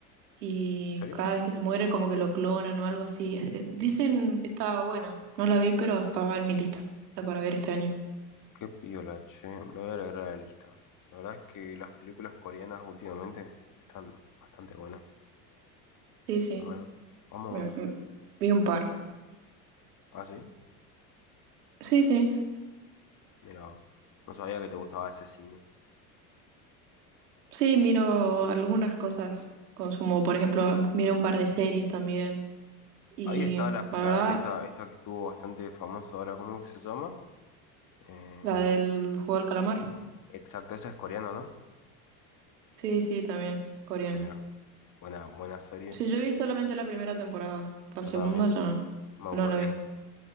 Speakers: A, on the right; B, on the left.
A: y
B: serio?
A: cada vez que se muere como que lo clonan o algo así. Es- eh, Dicen que estaba buena, no la vi, pero estaba en mi lista para ver este año.
B: Qué piola, che. Lo voy a agregar a la lista. La verdad es que las películas coreanas últimamente están bastante buenas.
A: Sí, sí,
B: Bueno, vamos.
A: me- me- vi un par.
B: ¿Ah, sí?
A: Sí, sí,
B: Mira, no sabía que te gustaba ese cine.
A: sí, miro algunas cosas, consumo, por ejemplo, miro un par de series también y
B: Ahí está la,
A: la
B: la-
A: verdad,
B: esta, esta que estuvo bastante famosa ahora, ¿cómo que se llama? Em,
A: la del juego del calamar.
B: exacto, esa es coreana, ¿no?
A: Sí, sí, también, coreana.
B: Mira, buena, buena serie.
A: Sí, yo vi solamente la primera temporada, la segunda
B: Yo también,
A: ya
B: me aburrió.
A: no la vi.